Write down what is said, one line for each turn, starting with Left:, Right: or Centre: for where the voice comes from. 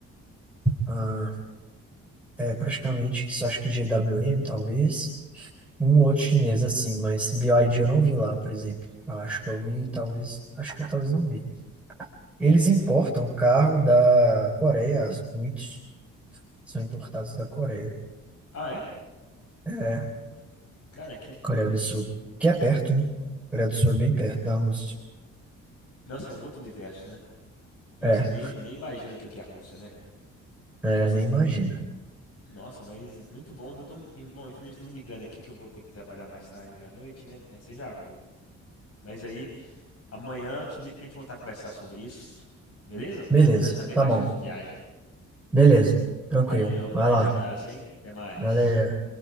Centre: ah, é, praticamente, só acho que GWM, talvez. Um outro chinês assim, mas BYD eu não vi lá, por exemplo. Eu acho que eu vi, talvez, acho que eu talvez não vi.
Left: viadíssimo,
Centre: Eles importam
Left: viu?
Centre: carro da Coreia, muitos são importados da Coreia.
Left: Ah, é?
Centre: É,
Left: Cara, que doido.
Centre: Coreia do Sul, que é perto, né? Coreia do Sul é bem perto da Rússia.
Left: Nossa, é um outro universo, né? A
Centre: É,
Left: gente nem, nem imagina o que que é a Rússia, né, cara?
Centre: <laughs> é,
Left: Nossa,
Centre: nem imagina.
Left: Nossa, mas muito bom, viu? Tô- Bom, infelizmente estão me ligando aqui que eu vou ter que trabalhar mais tarde hoje à noite, né? Aí você já viu. Mas aí amanhã eu te ligo pra gente voltar a conversar sobre isso, beleza?
Centre: Beleza,
Left: Quero saber
Centre: tá
Left: mais
Centre: bom.
Left: sobre sua viagem.
Centre: Beleza, tranquilo.
Left: Valeu, um
Centre: Vai
Left: grande
Centre: lá.
Left: abraço, hein? Até mais.
Centre: Valeu.